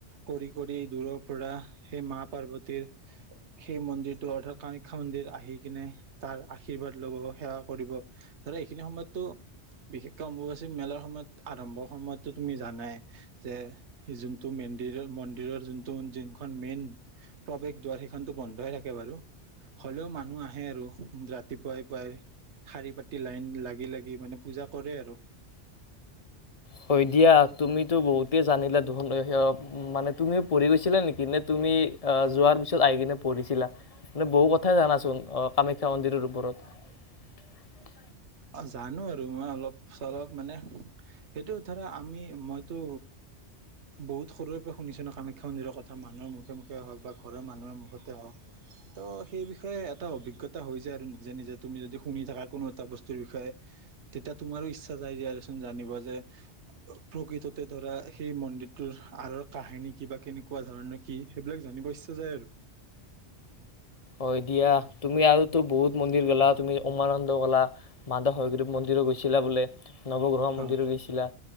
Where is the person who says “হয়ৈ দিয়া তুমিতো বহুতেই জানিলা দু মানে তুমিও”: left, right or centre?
Left